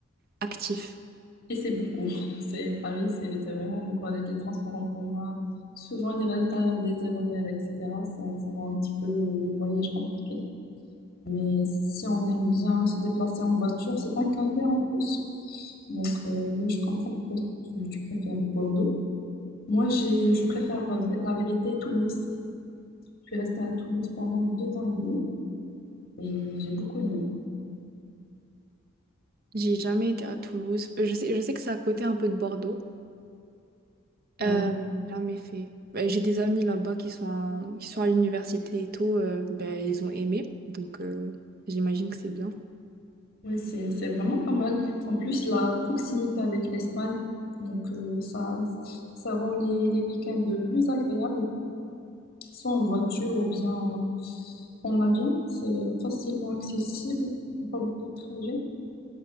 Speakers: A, on the right; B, on the left.
A: actif.
B: Et c'est beaucoup. C'est, Paris, c'est c'est vraiment beaucoup avec les transports en commun. Souvent, des retards des RER, etc., ça, ça rend un petit peu le voyage compliqué. Mais si on aime bien se déplacer en voiture, c'est un calvaire en plus. Donc, euh, oui, je comprends pourquoi tu, tu préfères Bordeaux. Moi, j'ai, je préfère la vérité Toulouse. Je suis restée à Toulouse pendant deux ans et demi et j'ai beaucoup aimé.
A: J'ai jamais été à Toulouse. Euh, Je sais, je sais que c'est à côté un peu de Bordeaux,
B: Bah,
A: euh, mais j'ai jamais fait. Euh, J'ai des amis là-bas qui sont à, qui sont à l'université et tout. euh, ben, ils ont aimé. Donc, euh, j'imagine que c'est bien.
B: Oui, c'est, c'est vraiment pas mal. En plus, la proximité avec l'Espagne, donc euh, ça, ça rend les, les week-ends plus agréables, soit en voiture ou bien en avion. C'est facilement accessible, il n'y a pas beaucoup de trajets.